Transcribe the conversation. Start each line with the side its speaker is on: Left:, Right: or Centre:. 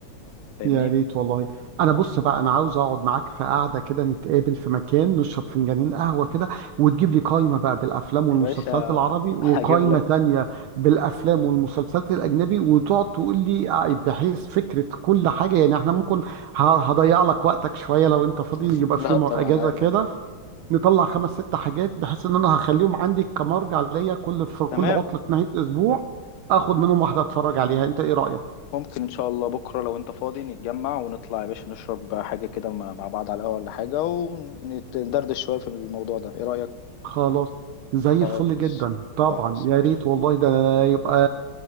Left: فاهمني
Right: يا ريت والله انا بص بقى انا عاوز اقعد معاك في قعده كده نتقابل في مكان نشرب فنجانين قهوه كده وتجيب لي قائمه بقى بالافلام والمسلسلات
Left: يا باشا
Right: العربي وقائمه
Left: هجيب لك
Right: تانية بالافلام والمسلسلات الاجنبي وتقعد تقول لي ع- بحيث فكره كل حاجه يعني احنا ممكن ه- هضيع لك وقتك شويه لو انت فاضي
Left: <laughs>
Right: يبقى
Left: لا
Right: في يوم
Left: طبعا
Right: اجازه
Left: عادي
Right: كده
Left: ولا يهمك.
Right: نطلع خمس ست حاجات بحيث ان انا هخليهم عندي كمرجع ليا كل في كل
Left: تمام
Right: عطله نهايه اسبوع
Left: تمام
Right: اخد منهم واحده اتفرج عليها انت ايه رايك
Left: ممكن ان شاء الله بكره لو انت فاضي نتجمع ونطلع يا باشا نشرب حاجه كده مع مع بعض على القهوه ولا حاجه وندردش شويه في الموضوع ده ايه رايك
Right: خلاص زي
Left: خلاص
Right: الفل جدا طبعا
Left: خلاص
Right: يا
Left: ماشي
Right: ريت والله ده يبقى